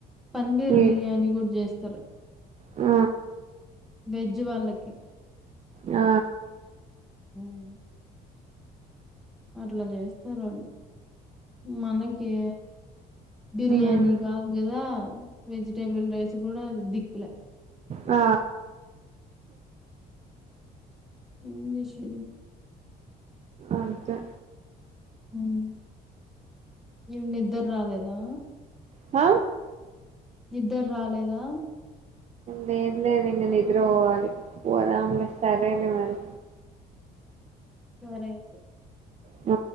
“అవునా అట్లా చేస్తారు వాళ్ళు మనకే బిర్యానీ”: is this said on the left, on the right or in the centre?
Centre